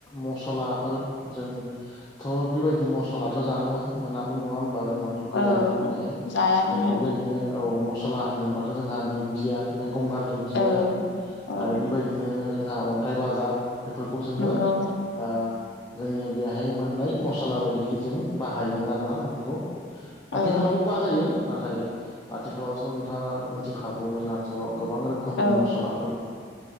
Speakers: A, on the left; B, on the left.
A: मसलाफोर जोंथ' बेबायदि मस्लाथ' जानो मोनामोन नङा होमबा जोंनाव गैयानोमोन
B: औ
A: बेहाय
B: जायामोन
A: जों
B: औ
A: बेबायदिनो औ मस्ला होनदोंबाथ' जोंहा दुन्जिया गंगार दुन्दिया
B: औ औ
A: आरो बेबायदिनो जोंहा अन्थाइ बाजाब बेफोरखौ जोङो
B: नंगौ
A: आ जोंनिया बेहाय मोननाय मसला बायदिहै जों बाहायोमोन आरोना नंगौ। आथिखालावबो
B: औ
A: बाहायो नाथाय आथिखालावथ' नोंथाङा मोनथिखागौ जोंहाथ' गोबां रोखोमनि
B: औ
A: मस्लाफो